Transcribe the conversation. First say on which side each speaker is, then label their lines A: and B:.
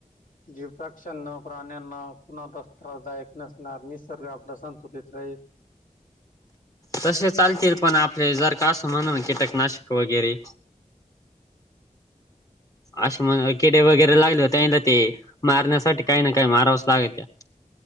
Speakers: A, on the left; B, on the left.
A: जे पक्षा ना प्राण्यांना कुणालाच त्रासदायक नसणार निसर्ग आपला संतुलित त्रय
B: तसे चालतील पण आपले जर का असं म्हण कीटक कीटक नाशक वैगेरे अशे म्हण किडे वगैरे लागले होतेला ते मारण्यासाठी काही ना काही मारावंच लागे त्या